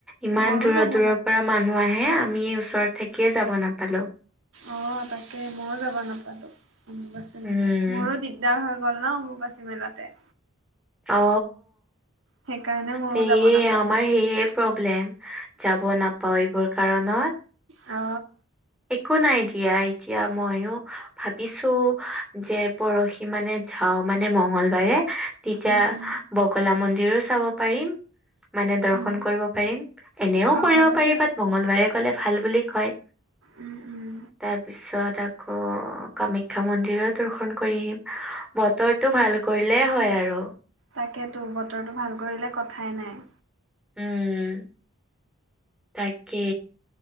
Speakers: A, in the centre; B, on the right (about 65°).
A: ইমান
B: ময়ো
A: দূৰৰ
B: যাব
A: দূৰৰ
B: নাপালো
A: পৰা মানুহ আহে আমি এই ওচৰত থাকিয়ে যাব নাপালো।
B: অ, তাকে মইও যাব নাপালো, মোৰো
A: উম,
B: দি দিগদাৰ হৈ গ'ল অম্বুবাচী মেলাতে।
A: অ,
B: সেইকাৰণে ময়ো
A: সেয়ে
B: যাব নাপালোঁ।
A: আমাৰ সেয়ে প্ৰব্লেম। যাব নাপাও এইবোৰ কাৰনত।
B: অ
A: একো নাই দিয়া, এতিয়া মইও ভাবিছো যে পৰহি মানে যাওঁ মানে মঙগলবাৰে তেতিয়া,
B: উম, উম,
A: বগলা মন্দিৰো চাব পাৰিম মানে দৰ্শন
B: উম,
A: কৰিব পাৰিম, এনেও
B: অ',
A: কৰিব
B: হ'ব
A: পাৰি
B: দিয়া।
A: বাত মংগলবাৰে গ'লে ভাল বুলি কয়।
B: উম উম
A: তাৰ পিছত আকৌ কামাখ্যা মন্দিৰো দৰ্শন কৰি আহিম। বতৰটো ভাল কৰিলে হয় আৰু।
B: তাকেতো, বতৰটো ভাল কৰিলে কথাই নাই।
A: উম তাকে,